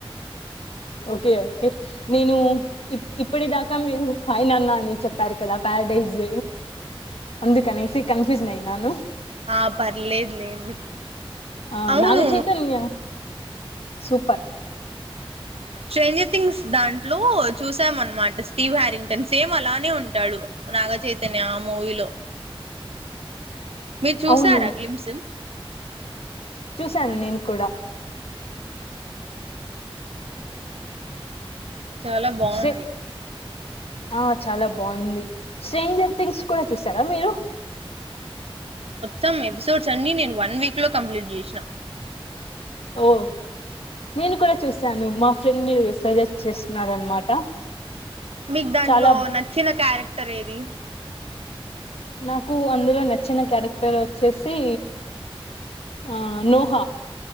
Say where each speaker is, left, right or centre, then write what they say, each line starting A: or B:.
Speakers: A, on the left (about 80°); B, on the right (about 80°).
A: ఓకే ఓకే నేను ఇ ఇప్పుడి దాకా మీరు హాయ్ నాన్న అని చెప్పారు కదా ప్యారడైస్ అందు కనేసి కన్ఫ్యూజన్ అయినాను
B: ఆ పర్లేదు లేండి
A: ఆ
B: అవును
A: నాగచైతన్య సూపర్
B: శ్రంజిత్ థింగ్స్ దాంట్లో చూసాం అనమాట స్టీవ్ హారింగ్టన్ సేమ్ అలానే ఉన్ ఉంటాడు నాగచైతన్య ఆ మూవీలో మీరు చూసారా
A: అవును
B: గ్లిమ్స్మ్
A: చూశాను నేను కూడా
B: చాలా బాగుంది
A: స్ట్రే ఆ చాలా బాగుంది స్ట్రేంజర్ థింగ్స్ కూడా చూసారా మీరు
B: తం ఎపిసోడ్స్ అన్ని నేను వన్ వీక్ లో కంప్లీట్ చేసినా
A: ఓ నేను కూడా చూస్ సాను మా ఫ్రెండ్ సజెస్ చేస్తున్నారనమాట
B: మీకు దాంట్లో
A: చాలా
B: నచ్చిన క్యారెక్ టర్ ఏది
A: నాకు అందులో నచ్చిన క్యారెక్టర్ వచ్చేసి ఆ నోహా